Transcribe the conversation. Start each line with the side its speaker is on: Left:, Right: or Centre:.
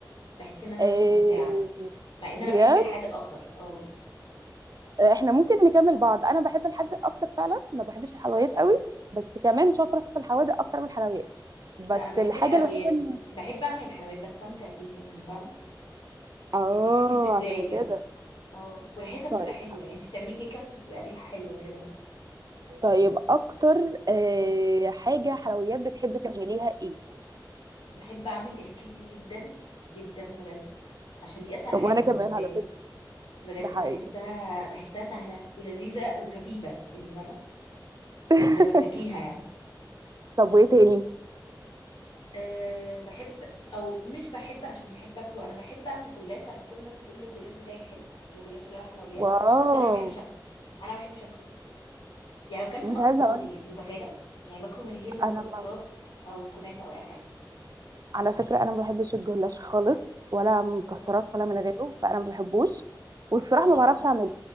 Left: بحس ان انا
Right: إيه
Left: مستمتعة مع ان انا
Right: بجد
Left: بحب الحادق اكتر اه
Right: آه، احنا ممكن نكمل بعض انا بحب الحادق اكتر فعلا ما بحبش الحلويات
Left: اه.
Right: قوي بس كمان شاطره في الحوادق اكتر من الحلويات بس
Left: لا انا بحب
Right: الحاجه
Left: الحلويات
Right: الوحيده اللي...
Left: بحب اعمل الحلويات بستمتع بيها يعني فاهمه
Right: اه
Left: يعني تحسي انتي بتبدعي
Right: عشان
Left: كده
Right: كده
Left: اه وريحتها بتبقى
Right: طيب
Left: حلوه يعني انت بتعملي كيكه فبتبقى ريحه حلوه كده بس
Right: طيب اكتر آه حاجه حلويات بتحبي تعمليها ايه
Left: بحب اعمل الكيكه جدا جدا بجد عشان دي اسهل حاجه
Right: وانا كمان
Left: بالنسبه
Right: على
Left: لي
Right: فكره
Left: بجد
Right: ده حقيقي
Left: بحسها بحسها سهله ولذيذه وخفيفه يعني فاهمه
Right: <laughs>
Left: يعني لما بتاكليها يعني
Right: طب وايه تاني
Left: أه بحب او مش بحب عشان بحب اكله انا بحب اعمل جلاش عشان كل الناس بتقول لي الجلاش بتاعي حلو الجلاش اللي هو الحلويات
Right: واو
Left: بس انا ما بحبش اكله انا ما بحبش اكله يعني لو كلته
Right: مش
Left: باكله
Right: عايزه
Left: فاضي
Right: اقول لك،
Left: انت متخيله يعني باكله من غير مكسرات
Right: انا ما
Left: او كنافه او اي حاجه
Right: على فكره انا ما بحبش الجلاش خالص ولا مكسرات
Left: اه
Right: ولا من غيره فانا ما بحبوش والصراحه
Left: اه
Right: ما بعرفش اعمله